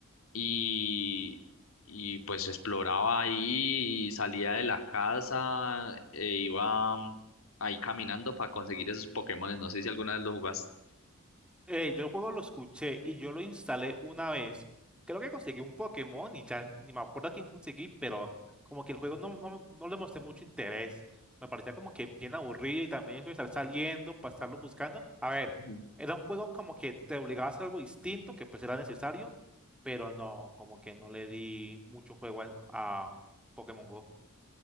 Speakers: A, on the left; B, in the centre.
A: y, y pues exploraba ahí y salía de la casa e iba mm, ahí caminando para conseguir esos Pokémones. No sé si alguna vez lo jugaste.
B: Eh, yo el juego lo escuché y yo lo instalé una vez. Creo que conseguí un Pokémon y ya ni me acuerdo a quién conseguí, pero como que el juego no, no, no le mostré mucho interés. Me parecía como que bien aburrido y también eso de estar saliendo para estarlo buscando. A ver,
A: Ujú.
B: era un juego como que te obligaba a hacer algo distinto, que pues era necesario, pero no, como que no le di mucho juego a, a Pokémon Go.